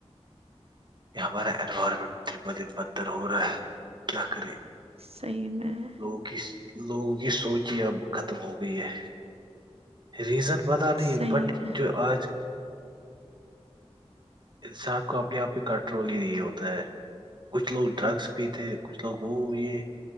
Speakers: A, on the right (about 40°); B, on the right (about 60°).
A: یہ ہمارا انوائرمنٹ دن بہ دن بدتر ہو رہا ہے کیا کرے
B: صحیح میں ہے
A: لوگوں کی لوگوں کی سوچ ہی اب ختم ہو گئی ہے ریزن پتہ نہیں
B: صحیح
A: ہے بٹ
B: میں
A: جو آج انسان کو اپنے آپ میں کنٹرول ہی نہیں ہوتا ہے کچھ لوگ ڈرگس پیتے کچھ لوگ وہ یہ